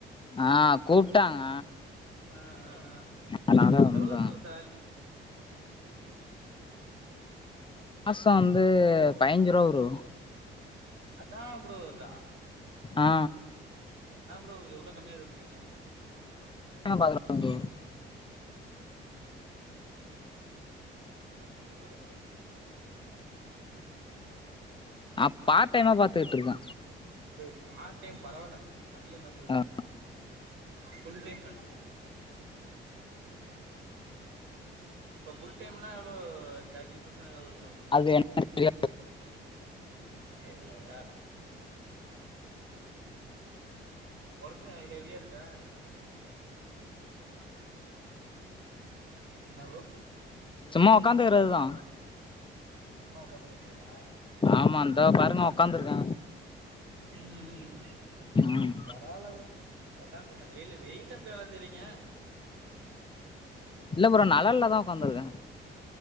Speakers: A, on the left (about 25°); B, on the right (about 80°).
A: ஆ கூப்ட்டாங்க
B: ஆ ஆ ஆ
A: அதனால வந்தோ
B: எவ்ளோ ப்ரோ சால்ரி
A: மாசோ வந்து பய்ஞ்சி ரூவா ப்ரோ
B: அதான் ப்ரோ வருதா
A: ஆ
B: என்னா ப்ரோ இது இவ்ளோ கம்மியா சொல்றீங்க
A: பாக்குறே
B: <inaudible> இன்னு
A: ப்ரோ
B: இல்லை அதுக்குணு இவ்ளோ கம்மியா இருக்குன்னா
A: அ பார்ட் டைமா பாத்துட்ருக்க
B: ஓ பார்ட் டைம் பரவாயில்ல அதிகோ தா ப்ரோ
A: ஆ
B: ஃபுல் டைம்னு நெனச்சே இப்போ ஃபுல் டைம்னா எவ்ளோ தேட்டி தௌசண் எதாவதுஇருக்குமா ப்ரோ
A: அது என்னன்னு தெரியாது
B: சரியா ஒர்க்லா ஹெவியா இருக்கா என்ன ப்ரோ
A: <inaudible> சும்மா உக்காந்துக்கறதுதா
B: ஓ ஃபெண்டு இருக்குலா
A: ஆமா இந்தா பாருங்க உக்காந்துருக்கே
B: ம் ம் ம்
A: ம்
B: பரவாயில்ல ப்ரோ உக்காந்துங்க வெயில் வெயில்ல எப்டி வேல செய்றீங்க
A: இல்ல ப்ரோ நலல்ல தா உக்காந்துருக்கே